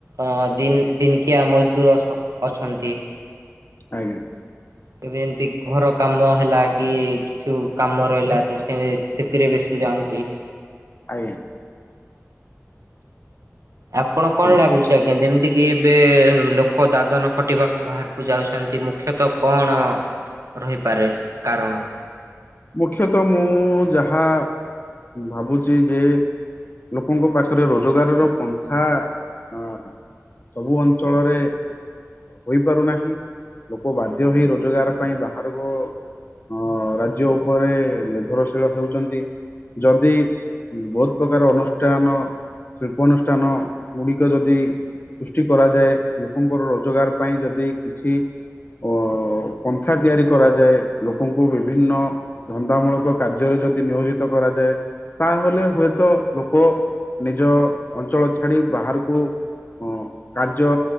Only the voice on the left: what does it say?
ଆଜ୍ଞା।
ଆଜ୍ଞା।
ଆଜ୍ଞା
ମୁଖ୍ୟତଃ ମୁଁ ଯାହା ଭାବୁଚି ଯେ ଲୋକଙ୍କ ପାଖରେ ରୋଜଗାରର ପନ୍ଖା ଅ ସବୁ ଅଞ୍ଚଳରେ ହୋଇପାରୁନାହିଁ। ଲୋକ ବାଧ୍ୟ ହେଇ ରୋଜଗାର ପାଇଁ ବାହାରକୁ ଅ ରାଜ୍ୟ ଉପରେ ନିର୍ଭରଶୀଳ ହେଉଛନ୍ତି। ଯଦି ବହୁତ ପ୍ରକାର ଅନୁଷ୍ଠାନ ଶିଳ୍ପାନୁଷ୍ଠାନ ଗୁଡ଼ିକ ଯଦି ସୃଷ୍ଟି କରାଯାଏ, ଲୋକଙ୍କର ରୋଜଗାର ପାଇଁ ଯଦି କିଛି ଅ ପନ୍ଥା ତିଆରି କରାଯାଏ ଲୋକଙ୍କୁ ବିଭିନ୍ନ ଧନ୍ଦାମୂଳକ କାର୍ଯ୍ୟରେ ଯଦି ନିୟୋଜିତ କରାଯାଏ ତାହେଲେ ହୁଏତ ଲୋକ ନିଜ ଅଞ୍ଚଳ ଛାଡି ବାହାରକୁ ହଁ କାର୍ଯ୍ୟ